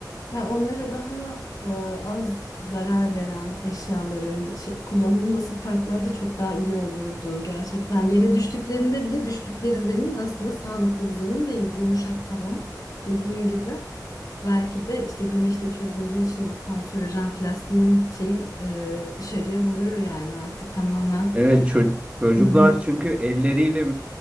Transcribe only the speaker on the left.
Ya onlara daha e, az zarar veren eşyaların şey- kullanılması parklarda çok daha iyi olurdu. Gerçekten yere düştüklerinde bile düştükleri zemin aslında sağlıklı bir zemin değil. Yumuşak tavan dediğin gibi. Belki de işte güneşte çözündüğü için o kanserojen plastiğin şeyi e, dışarıya vuruyor yani artık tamamen.
Hı hı.